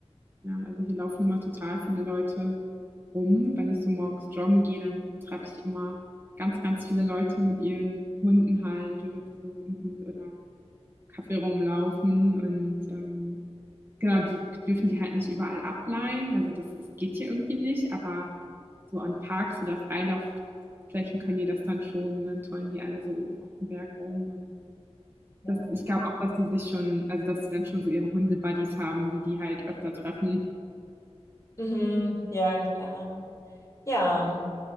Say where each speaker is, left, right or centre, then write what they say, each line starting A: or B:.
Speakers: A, on the right (about 20°); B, on the left (about 30°).
A: Ja, also hier laufen immer total viele Leute rum. Wenn ich so morgens joggen gehe, dann treffe ich immer ganz, ganz viele Leute mit ihren Hunden halt oder die so mit dem Hund oder Kaffee rumlaufen und ähm, genau, die dürfen die halt nicht überall ableihen. Also das ist, geht hier irgendwie nicht, aber so an Parks oder Freilaufflächen können die das dann schon und dann tollen die alle so oben auf dem Berg rum und
B: Ja.
A: Das ich glaube auch, dass die sich schon also, dass sie dann schon so ihre Hunde-Buddies haben, die die halt öfter treffen.
B: Mhm, ja, klar. Ja,